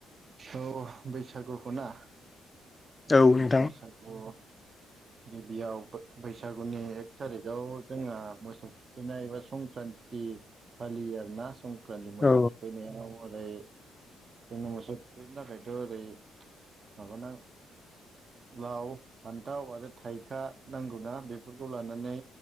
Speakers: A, on the right; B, on the left.
A: औ बैसागुखौना अ
B: औ नोंथां
A: बैसागु गिबियाव बैसागुनि एक थारिखाव जोंहा मोसौ थुखैनाय एबा संक्रान्ति फालियो आरोना सं ख्रानि मोसौ‌
B: औ
A: थुखैनायाव हरै जोंनो मोसौ बेनि थाखायथ' ओरै माबाना लाव फानथाव आरो थाइखा नांगौना बेफोरखौ लानानै